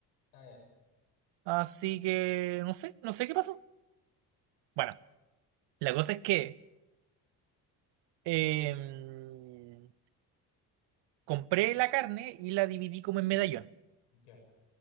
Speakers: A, on the left (about 80°); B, on the right (about 60°).
A: Ah, ya,
B: Así que no sé, no sé qué pasó. Bueno, la cosa es que... em, compré la carne y la dividí como en medallón.
A: ya.